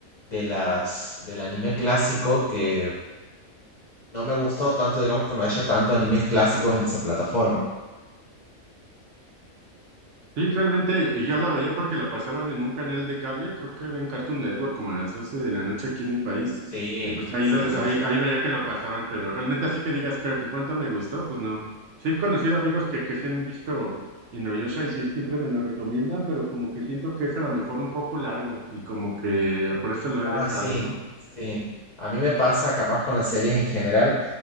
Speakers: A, on the left; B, on the right.
A: de las, del anime clásico que no me ha gustado tanto, digamos, que no haya tanto animes clásicos en esa plataforma.
B: Sí, realmente, y yo la veía porque la pasaban en un canal de cable, creo que era en Cartoon Network, como a las 12 de la noche aquí en mi país,
A: Sí,
B: y pues ahí,
A: sí,
B: lo, de-
A: sí.
B: ahí,
A: sí.
B: ahí veía que lo pasaban, pero realmente así que digas que, que cuánto me gustó, pues no. Sí he conocido amigos que, que sí han visto Inuyasha y sí, siempre me lo recomiendan, pero como que siento que es a lo mejor un poco largo y como que por eso lo
A: Ah,
B: he dejado,
A: sí,
B: ¿no?
A: sí. A mí me pasa, capaz con las series en general,